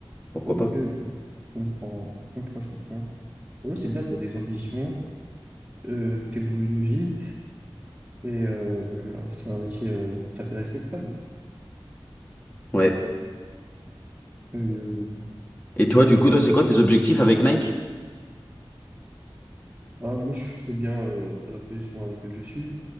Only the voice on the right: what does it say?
Ok,
ok. Je comprends, je comprends, je comprends. Ouais, c'est bien, t'as des ambitions, euh, t'évolues vite, et euh, c'est un métier euh, tout à fait respectable.
Euh,
mais
sinon,
toi,
Ah, moi, je suis très bien euh, dans la position dans laquelle je suis.